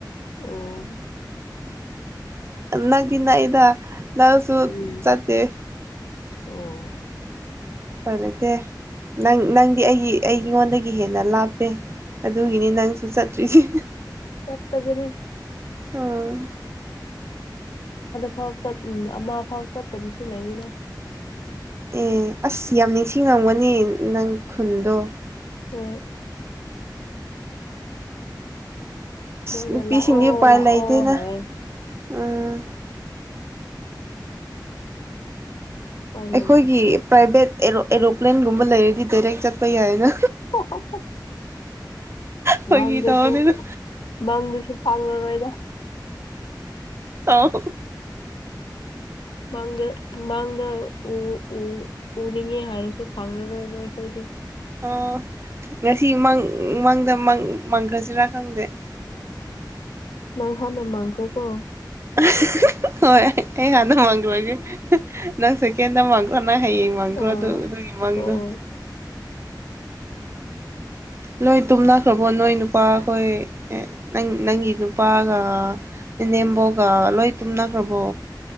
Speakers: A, on the left; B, on the right.
A: ꯑꯣ
B: ꯅꯪꯛꯇꯤ ꯅꯛꯏꯦꯗ ꯅꯪꯁꯨ
A: ꯎꯝ
B: ꯆꯠꯇꯦ
A: ꯑꯣ
B: ꯐ ꯂꯩꯇꯦ ꯅꯪ ꯅꯪꯗꯤ ꯑꯩꯒꯤ ꯑꯩꯉꯣꯟꯗꯒꯤ ꯍꯦꯟꯅ ꯂꯥꯞꯄꯦ ꯑꯗꯨꯒꯤꯅꯤ ꯅꯪꯁꯨ ꯆꯠꯇ꯭ꯔꯤꯁꯤꯦ
A: ꯆꯠꯇꯕꯅꯦ
B: ꯑꯣꯝ
A: ꯥꯎ ꯆ ꯎꯝ ꯑꯃ ꯐꯥꯎ ꯆꯠꯇꯕꯁꯨ ꯂꯩꯔꯤꯅ
B: ꯑꯦ ꯑꯁ ꯌꯥꯝ ꯅꯤꯡꯁꯤꯡꯉꯝꯒꯅꯤ ꯅꯪ ꯈꯨꯟꯗꯣ
A: ꯍꯣꯏ ꯃꯣꯏꯅ
B: ꯑ ꯅꯨꯄꯤꯁꯤꯡꯗꯤ
A: ꯂꯥꯛꯑꯣ
B: ꯎꯄꯥꯏ
A: ꯂꯥꯛꯑꯣ
B: ꯂꯩꯇꯦꯅ
A: ꯍꯥꯏꯌꯦ
B: ꯎꯝ
A: ꯎꯄꯥꯏ ꯂꯩꯇꯦ
B: ꯑꯩꯈꯣꯏꯒꯤ ꯄ꯭ꯔꯥꯏꯚꯦꯠ ꯑꯦꯔꯣꯄ꯭ꯂꯦꯟꯒꯨꯝꯕ ꯂꯩꯔꯗꯤ ꯗꯥꯏꯔꯦꯛ ꯆꯠꯄ ꯌꯥꯏꯅ
A: ꯑꯣ
B: ꯐꯥꯒꯤ
A: ꯃꯪꯗꯁꯨ
B: ꯇꯧꯕꯅꯤꯗ
A: ꯃꯪꯗꯁꯨ ꯐꯪꯉꯔꯣꯏꯗ
B: ꯑ
A: ꯃꯥꯡꯗ ꯃꯥꯡꯗ ꯎ ꯎꯅꯤꯉ ꯍꯥꯏꯔꯁꯨ ꯐꯪꯅꯔꯣꯏꯕ ꯑꯩꯈꯣꯏꯗꯤ
B: ꯑ ꯉꯁꯤꯥꯡ ꯃꯥꯡꯗ ꯃꯥꯡꯈ꯭ꯔꯁꯤꯔꯥ ꯈꯪꯗꯦ ꯎ
A: ꯅꯪ ꯍꯥꯟꯅ ꯃꯥꯡꯈꯀꯣ
B: <inaudible> ꯍꯣꯏ ꯑꯩ ꯍꯥꯟꯅ ꯃꯥꯡꯈ꯭ꯔꯒꯦ ꯅꯪ ꯁꯦꯀꯦꯟꯗ ꯃꯥꯡꯈ꯭ꯔꯣ ꯅꯪ ꯍꯌꯦꯡ ꯃꯥꯡꯈ꯭ꯔꯣ
A: ꯑꯥ
B: ꯑꯗꯨ ꯏꯃꯒ
A: ꯍꯣꯏ
B: ꯅꯣꯏ ꯇꯨꯝꯅꯈ꯭ꯔꯕꯣ ꯅꯣꯏ ꯅꯨꯄꯥꯈꯣꯏ ꯅꯪ ꯅꯪꯒꯤ ꯅꯨꯄꯥꯒ ꯅꯦꯝꯕꯣꯒ ꯂꯣꯏ ꯇꯨꯝꯅꯈ꯭ꯔꯕꯣ